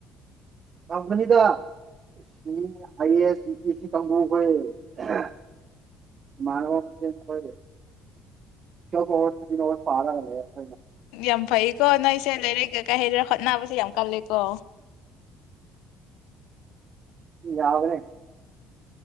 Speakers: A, on the right; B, on the left.
A: ꯀꯝꯄꯅꯤꯗ <unintelligible> <unintelligible>
B: ꯌꯥꯝ ꯐꯩꯀꯣ ꯅꯣꯏꯁꯦ ꯂꯩꯔꯛ ꯀꯩꯀꯩ ꯍꯩꯔ ꯍꯣꯠꯅꯕꯁꯦ ꯌꯥꯝ ꯀꯜꯂꯦꯀꯣ
A: ꯌꯥꯕꯅꯦ